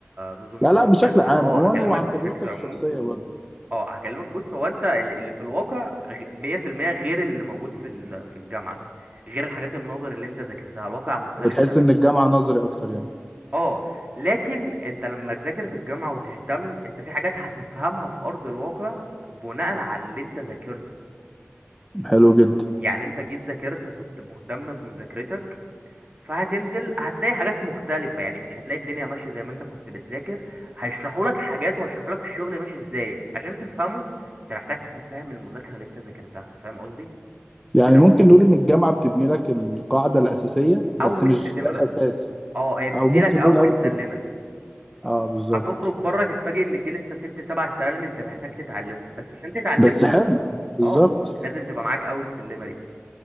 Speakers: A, on the right; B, in the centre.
A: نظم
B: لا
A: ومعلومات
B: لا بشكل عام
A: اه
B: عموما
A: هكلمك
B: وعن
A: بشكل
B: تجربتك
A: عموم
B: الشخصية برضو
A: اه هكلمك بص هو انت اللي اللي في الواقع غ- 100% غير اللي موجود في ال- في الجامعة غير الحاجات النظر اللي انت ذاكرتها الواقع مختلف
B: بتحس
A: تماما
B: ان الجامعة نظري اكتر يعني
A: اه لكن انت لما تذاكر في الجامعة وتهتم انت في حاجات هتفهمها في ارض الواقع بناء على اللي انت ذاكرته
B: حلو جدا
A: يعني انت جيت ذاكرت وكنت مهتم بمذاكرتك فهتنزل هتلاقي حاجات مختلفة يعني مش هتلاقي الدنيا ماشية زي ما انت كنت بتذاكر هيشرحوا لك حاجات وهيشرحوا لك الشغل ماشي ازاي عشان تفهمه انت محتاج تكون فاهم المذاكرة اللي انت ذاكرتها فاهم قصدي
B: يعني
A: يعني
B: ممكن
A: هم
B: نقول ان الجامعة بتبني لك القاعدة الأساسية بس
A: اول
B: مش
A: سلمة
B: ده الأساس
A: بس
B: يعني
A: اه هي بتدي
B: او ممكن
A: لك اول
B: نقول اول
A: سلمة
B: كده اه بالظبط
A: هتخرج بره تتفاجئ ان في لسه ست سبع سلالم انت محتاج تتعلمهم بس عشان تتعلمهم
B: بس حلو بالظبط
A: اه لازم تبقى معاك اول سلمة دي